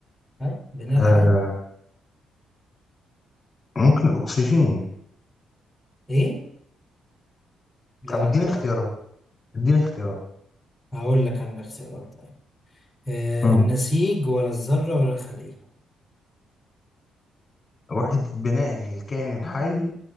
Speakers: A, on the left; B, on the left.
A: ها بناء
B: آه
A: الحي
B: ممكن الاكسجين
A: ايه لا
B: طب اديني
A: لا لا
B: اختيارات اديني اختيارات
A: هقول لك انا الاختيارات طيب آه
B: مم.
A: النسيج ولا الذرة ولا الخلية
B: وحدة بناء الكائن الحي